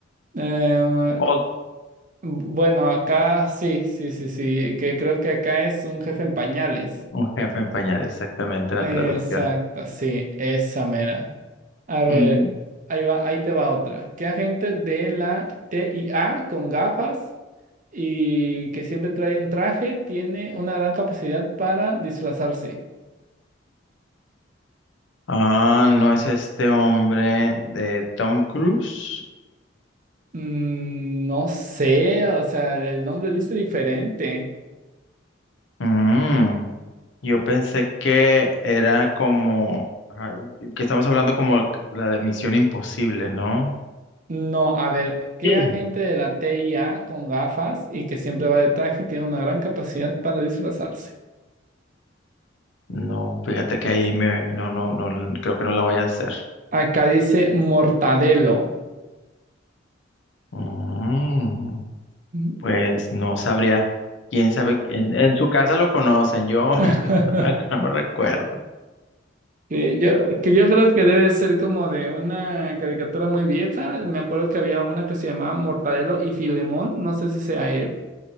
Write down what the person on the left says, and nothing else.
O
un jefe en pañal, exactamente la
traducción.
Mm,
Ah, no es este hombre de Tom Cruise.
Mm. Yo pensé que era como, ajá, que estamos hablando como la de Misión Imposible, ¿no?
Sí.
No, fíjate que ahí me, no, no, no, creo que no la voy a hacer.
Mm,
pues no sabría. Quién sabe, en, en su casa lo conocen, yo
<laughs> no me, no me recuerdo.